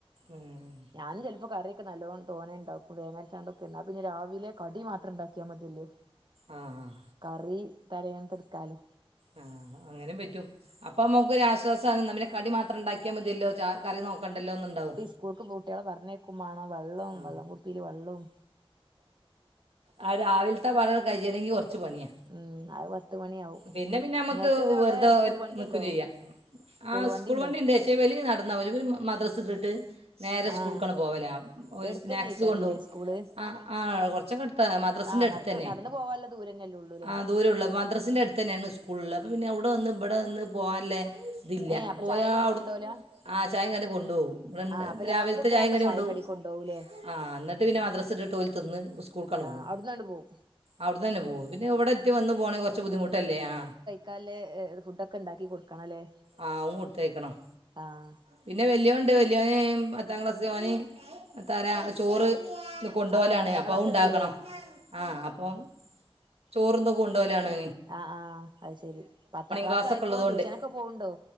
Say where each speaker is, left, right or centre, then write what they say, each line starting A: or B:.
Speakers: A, on the right; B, on the right.
A: ഉം.
B: ഞാനും ചെൽപോ കറി അതൊക്കെ നല്ലോണം തോനെ ഇണ്ടാക്കും തേങ്ങരച്ചാണ്ട് എന്ന പിന്നെ രാവിലെ കടി മാത്രം ഇണ്ടാക്കിയമതില്ലോ.
A: ആഹ് ആഹ്
B: കറി തലേന്നത്തെ ഇടുക്കാന്.
A: ആഹ് അങ്ങനെ പറ്റും അപ്പോ നമക്കൊരു അശോഷണ് ഇന്നാപ്പിന്നെ കടി മാത്ര മാത്രം ഇണ്ടാക്കിയാൽമതിയല്ലോ ചാർ, കറി നോക്കണ്ടല്ലോന്നുണ്ടാവും.
B: സ്കൂക്ക് കുട്ട്യാളെ പറഞ്ഞയകും മാണം വെള്ളോം
A: ആ
B: വെള്ളകുപ്പില് വെള്ളോം.
A: ആ രാവിൽത്തെ പട കഴിണെങ്കിൽ കൊറച്ച് പണിയാ.
B: ഉം അത് പത്ത് മണിയാവും
A: പിന്നെ പിന്നെ നമ്മക്ക്
B: നിങ്ങൾക്ക് അവിടെ
A: വേർതെ
B: സ്കൂൾ വണ്ടി
A: നിക്കും
B: ഉണ്ടോ
A: ചെയ്യാം. ആ
B: വണ്ടി
A: സ്കൂൾ
B: ഉണ്ടോ
A: വണ്ടിണ്ട് ക്ഷേ ഇവല് നടന്ന പോവല് ഇവല് മദ്രസട്ടിട്ട്. നേരെ
B: ആഹ്
A: സ്കൂൾക്കാണ് പോവാല ഓല്
B: എടുത്തന്നെ
A: സ്നാക്സ്
B: ഇക്കാരല്ലേ
A: കൊണ്ടോവും.
B: സ്കൂള്
A: ആഹ് ആഹ് കൊറച്ചൊക്കെ അടുത്താ മദ്രസന്റെ
B: ആഹ്
A: അടുത്തെന്നെ
B: നടക്ക് നടന്നു പോവാനുള്ള ദൂരന്നെല്ലേ ഉള്ളൂല്ലേ
A: ആ ദൂരോള്ളു മദ്രസന്റെ അടുത്തെന്നെയാണ് സ്കൂളില്ലേ അപ്പോ പിന്നെ അവിടെ വന്ന് ഇബടെവന്ന് പോവല്ലേ. ഇതില്ല
B: ഏഹ് അപ്പൊ
A: അപ്പ് പോയാ
B: ചായയും കടിയും
A: അവിട്
B: കൊണ്ടോവലാ
A: ആ ചായകടി കൊണ്ടുവു ഇവിടെണ്ട്
B: ആഹ് അപ്പൊ
A: രാവിൽത്തെ
B: രാവിലെ പോകുമ്പോ
A: ചായ കടി
B: ചായയും
A: കൊണ്ടോവും
B: കൊണ്ടോവൂലേ
A: ആ ന്നിട്ട് പിന്നെ മദ്രസട്ടിട്ട് ഓല് തിന്ന് ഉസ് സ്കൂൾക്കട്ന്ന്
B: ആഹ്
A: പോം
B: അവിടന്നാണ്ട് പോവും
A: അവിടെന്നെ പോവും പിന്നെ ഇവിടെന്ന് പോകണെങ്കിൽ കൊർച്ച് ബുദ്ധിമുട്ടല്ലേ ആ
B: കാലേ ഫുഡൊക്കെ ഇണ്ടാക്കി കൊടുക്കണല്ലേ
A: ആ അഹു കൊടുത്തയക്കണം
B: ആഹ്
A: പിന്നെ വല്യോയോൻണ്ട് വല്യോന് പത്താംക്ലാസ് ഓന് ഏതാര ചോറ് കൊണ്ടൊലാണ്
B: ആഹ് പത്താം
A: അപ്പ
B: ക്ലാസ്
A: അഹു ഇണ്ടാക്കണം
B: എത്തില്ലേ
A: ആ അപ്പം ചോരും ഇതും കൊണ്ടുവലാണ്
B: ആ ആ അശെരി പത്താക്ലാസ്
A: ക്ലാസ്സൊക്കെ
B: ആയപ്പോ
A: ഉള്ളതുകൊണ്ട്
B: ട്യൂഷനൊക്കെ പോവുണ്ടോ